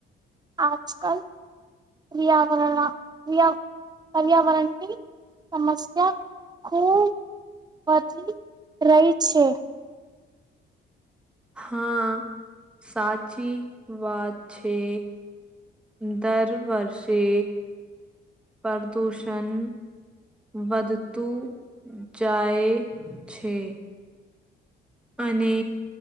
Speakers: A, on the right (about 20°); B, in the centre.
A: આજ કલ વ્ર્યાકરણ ક્રિયા પર્યાવરણીની સમમસ્યા ખૂબ વધી રહી છે.
B: હા સાચી વાત છે. દર વર્ષે પ્રદૂષણ વધતું જાય છે. અને